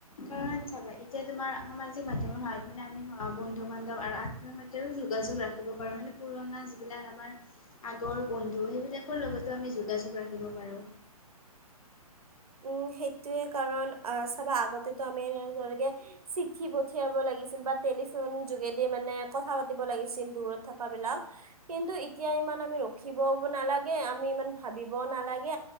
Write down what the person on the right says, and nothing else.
উম সেইটোয়ে কাৰণ আহ চাবা আগতেটো আমি এ চিঠি পঠিয়াব লাগিছিল বা <unintelligible> টেলিফোন যোগেদি মানে কথা পাতি লাগিছিল দূৰত থকা বিলাক কিন্তু এতিয়া ইমান আমি ৰখিবও নালাগে আমি ইমান ভাবিবও নালাগে,